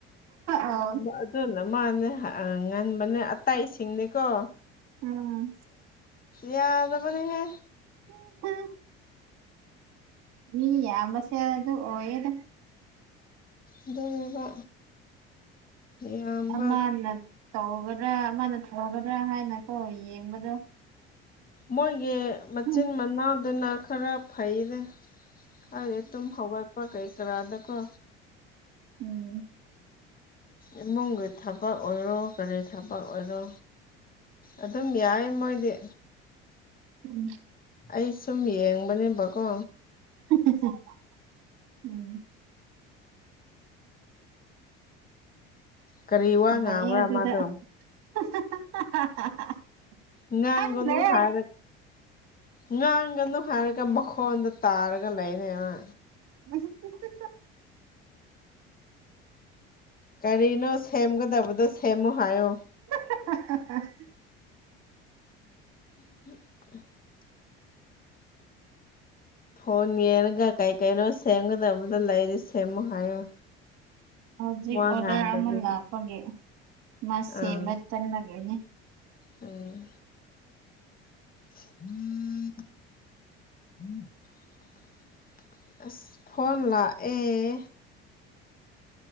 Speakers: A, on the right (about 65°); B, on the left (about 30°).
A: ꯑꯣ
B: <unintelligible> ꯑꯗꯨ ꯅ ꯃꯥꯟꯅꯦ ꯑ ꯉꯟꯕꯅꯦ ꯑꯠꯇꯩꯁꯤꯡꯗꯤꯀꯣ
A: ꯎꯝ
B: ꯌꯥꯗꯕꯅꯤꯍꯦ
A: <unintelligible> ꯃꯤ ꯌꯥꯝꯕꯁꯦ ꯑꯗꯨ ꯑꯣꯏꯌꯦꯗ
B: ꯑꯗꯨꯅꯦꯕ ꯌꯥꯝꯕ
A: ꯑꯃꯅ ꯇꯧꯒꯗ꯭ꯔꯥ ꯑꯃꯅ ꯇꯧꯒꯗ꯭ꯔꯥ ꯍꯥꯏꯅꯀꯣ ꯌꯦꯡꯕꯗꯣ
B: ꯃꯣꯏꯒꯤ ꯃꯆꯤꯟ
A: ꯎꯝ
B: ꯃꯅꯥꯎꯗꯨꯅ ꯈꯔ ꯐꯩꯅꯦ ꯈꯪꯗꯦ ꯇꯨꯝ ꯍꯧꯒꯠꯄꯥ ꯀꯩ ꯀ꯭ꯔꯥ ꯗꯀꯣ
A: ꯎꯝ
B: ꯏꯃꯨꯡꯒꯤ ꯊꯕꯛ ꯑꯣꯏꯔꯣ ꯀꯔꯤ ꯊꯕꯛ ꯑꯣꯏꯔꯣ ꯑꯗꯨꯝ ꯌꯥꯏꯌꯦ ꯃꯣꯏꯗꯤ
A: <unintelligible>
B: ꯑꯩ ꯁꯨꯝ ꯌꯦꯡꯕꯅꯦꯕ ꯀꯣ
A: <unintelligible>
B: ꯀꯔꯤ ꯋꯥ ꯉꯥꯡꯕ꯭ꯔ
A: ꯂꯩꯌꯦ ꯑꯗꯨꯗ
B: ꯃꯥꯗꯣ
A: <unintelligible>
B: ꯉꯥꯡꯒꯅꯨ
A: ꯈꯪꯗ꯭ꯔꯦ
B: ꯍꯥꯏꯔꯒ ꯉꯥꯡꯒꯅꯨ ꯍꯥꯏꯔꯒ ꯃꯈꯣꯟꯗꯣ ꯇꯥꯔꯒ ꯂꯩꯔꯦ ꯃꯥ
A: <unintelligible>
B: ꯀꯔꯤꯅꯣ ꯁꯦꯝꯒꯗꯕꯗꯣ ꯁꯦꯝꯃꯨ ꯍꯥꯏꯌꯣ
A: <unintelligible>
B: <inaudible> ꯐꯣꯟ ꯌꯦꯡꯉꯒ ꯀꯩ ꯀꯩꯅꯣ ꯁꯦꯝꯒꯗꯕꯗꯣ ꯂꯩꯔꯗꯤ ꯁꯦꯝꯃꯨ ꯍꯥꯏꯌꯣ
A: ꯍꯧꯖꯤꯛ
B: ꯋꯥ
A: ꯑꯣꯗꯔ
B: ꯉꯥꯡꯗꯕꯤ
A: ꯑꯃ ꯂꯥꯛꯄꯒꯤ ꯃꯥ ꯁꯦꯝꯕ
B: ꯑꯥ
A: ꯆꯪꯉꯒꯤꯅꯦ
B: ꯎꯝ <unintelligible> ꯑꯁ ꯐꯣꯟ ꯂꯥ ꯑꯦ